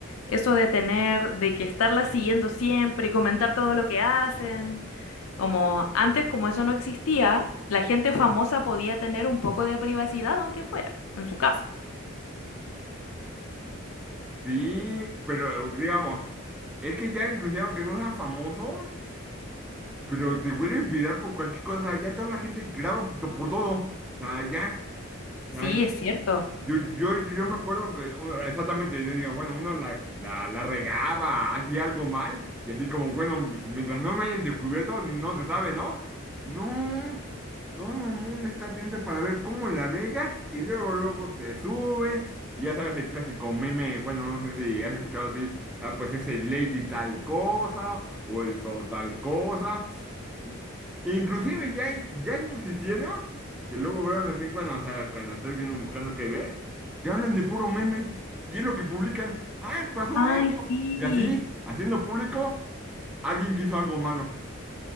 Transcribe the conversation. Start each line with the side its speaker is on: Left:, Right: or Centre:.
Left: eso de tener, de que estarla siguiendo siempre y comentar todo lo que hacen. Como antes, como eso no existía, la gente famosa podía tener un poco de privacidad, aunque fuera en su casa.
Centre: Sí, pero digamos, es que ya inclusive aunque no seas famoso, pero te vuelves viral por cualquier cosa, ya toda la gente graba por, por todo, o sea, ya,
Left: Sí,
Centre: o sea,
Left: es cierto.
Centre: Yo, yo, yo me acuerdo que bueno, exactamente, yo digo, bueno, uno la, la, la regaba, hacía algo mal, y así como, bueno, pues, mientras no me hayan descubierto, no se sabe, ¿no? No, todo el mundo está atento para ver cómo la regas, y luego, luego te suben, y ya sabes el clásico meme, bueno, no sé si has escuchado así, ah, pues ese Lady tal cosa, o el Sor tal cosa, I- Inclusive ya hay, ya hay noticieros que luego vean así bueno, o sea, cuando estoy viendo buscando qué ver, que hablan de puro meme y es lo que publican. ¡Ay, pasó
Left: Ay,
Centre: esto!
Left: sí.
Centre: Y así, haciendo público, alguien que hizo algo malo.